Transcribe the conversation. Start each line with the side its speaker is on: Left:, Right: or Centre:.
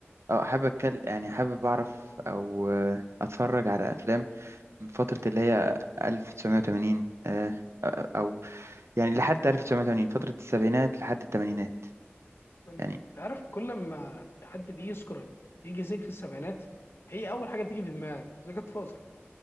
Right: اه حابب اتكلم يعني حابب اعرف او آه اتفرج على افلام من فتره اللي هي 1980 آه او يعني لحد 1980 فتره السبعينات لحد الثمانينات
Left: ربنا
Right: يعني
Left: يت- انت عارف كل ما حد بيجي يذكر يجي ذكر السبعينات هي اول حاجه بتيجي في دماغك ذا جاد فازر